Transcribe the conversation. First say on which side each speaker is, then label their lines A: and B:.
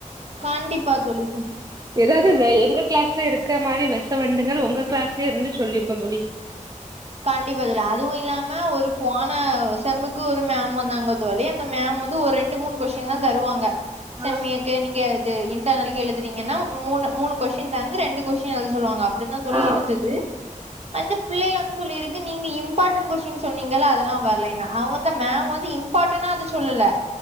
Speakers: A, on the right (about 50°); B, on the right (about 30°).
A: கண்டிப்பா தோழி க்கு
B: எதாது வெ எங்க கிளாஸ்ல இருக்கற மாரி வெச வண்டுங்கள் உங்க கிளாஸ்ல இருந்து சொல்லிருக்கோ தோழி
A: கண்டிப்பா தோழி அதுவு இல்லாம ஒரு போன செம்முக்கு ஒரு மேம் வந்தாங்க தோழி அந்த மேம் வந்து ஒரு ரெண்டு மூணு கொஸ்டின் தா தருவாங்க செம்மே
B: ஆ
A: நீங்க இது இன்டர்னலுக்கு எழுதுறீங்கன்னா மூனு மூனு கொஸ்டின் தந்து ரெண்டு கொஸ்டின் எழுத சொல்லுவாங்க அப் அப்டிதா தோழி
B: ஆ
A: இருந்தது அந்த பிள்ளைல வந்து இப்டி இருக்கு நீங்க இம்பார்டன்ட் கொஸ்டின் சொன்னீங்க ல அதெல்லா வரல அவங்க வந்து மேம் வந்து இம்பார்டனா அது சொல்லல